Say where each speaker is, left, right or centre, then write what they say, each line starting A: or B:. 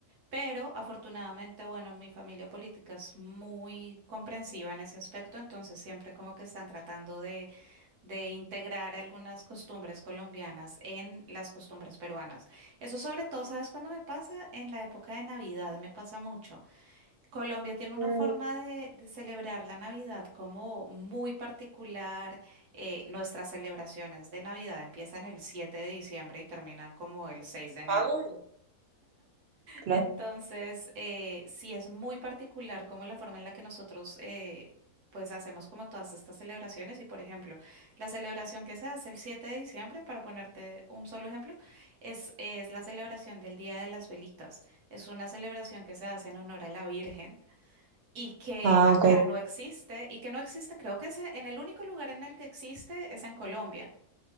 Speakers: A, on the right; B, on the right.
A: Pero afortunadamente, bueno, mi familia política es muy comprensiva en ese aspecto, entonces siempre como que están tratando de integrar algunas costumbres colombianas en las costumbres peruanas. Eso sobre todo, ¿sabes cuándo me pasa? En la época de Navidad me pasa mucho. Colombia tiene una
B: Mm,
A: forma de, de celebrar la Navidad como muy particular. Eh, nuestras celebraciones de Navidad empiezan el 7 de diciembre y terminan como el 6 de enero.
B: ah, claro.
A: Entonces, eh, sí es muy particular como la forma en la que nosotros eh, pues hacemos como todas estas celebraciones y por ejemplo, la celebración que se hace el 7 de diciembre, para ponerte un solo ejemplo, es, es la celebración del Día de las Velitas. Es una celebración que se hace en honor a la Virgen y que
B: Ah,
A: acá
B: ok,
A: no existe y que no existe, creo que es en el único lugar en el que existe es en Colombia.